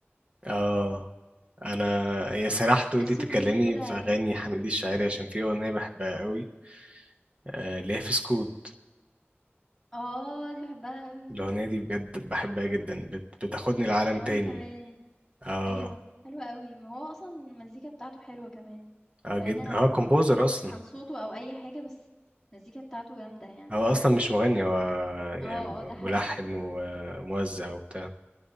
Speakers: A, on the right; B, in the centre.
A: اه انا يا سرحت وانتي
B: باحسّه
A: تتكلمي
B: جيل كده
A: في اغاني حميد الشاعري
B: إمم.
A: عشان في اغنيه بحبها قوي آه، اللي هي في سكوت
B: آه، دي باحبها أوي.
A: الاغنيه دي بجد بحبها جدا بت... بتاخدني
B: إمم،
A: لعالم
B: وأنا
A: تاني
B: كمان.
A: اه
B: أيوه، حلوة أوي. ما هو أصلًا المزيكا بتاعته حلوة كمان،
A: اه
B: بعيدًا
A: جدا
B: عن
A: هو كومبوزر اصلا
B: عن صوته أو أي حاجة، بس المزيكا بتاعته جامدة يعني.
A: هو
B: آه،
A: اصلا مش مغني هو يعني
B: آه، آه، ده حقيقي،
A: ملحن وموزع وبتاع